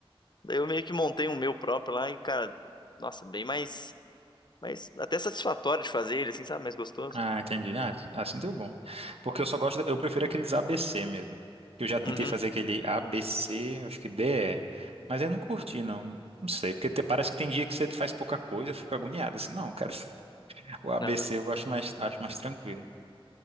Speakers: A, on the left; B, on the right.
A: daí eu meio que montei um meu próprio lá e, cara, nossa, bem mais, mais até satisfatório de fazer ele, assim, sabe? Mais gostoso.
B: Ah, entendi. Ah, assim deu bom. Porque eu só gosto, eu prefiro aqueles ABC mesmo. Eu já tentei
A: Uhum,
B: fazer aquele ABC, acho que DE, mas eu não curti, não. Não sei, porque te- parece que tem dia que você faz pouca coisa, eu fico agoniado, assim, não, cara, <laughs> o ABC
A: aham.
B: eu gosto mais, acho mais tranquilo.